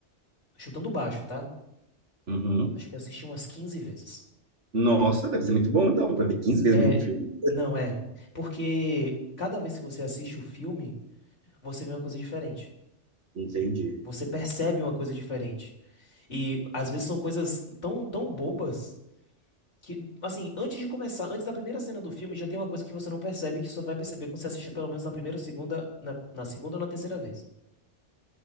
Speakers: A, on the left (about 85°); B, on the right (about 85°).
A: chutando baixo, tá?
B: Uhum.
A: Acho que eu assisti umas 15 vezes.
B: Nossa, deve ser muito bom então, pra ver 15 vezes
A: É,
B: o mesmo filme.
A: não é. Porque cada vez que você assiste o filme, você vê uma coisa diferente.
B: Entendi.
A: Você percebe uma coisa diferente. E às vezes são coisas tão, tão bobas que, assim, antes de começar, antes da primeira cena do filme, já tem uma coisa que você não percebe, que só vai perceber quando você assistir pelo menos na primeira, segunda, na, na segunda ou na terceira vez.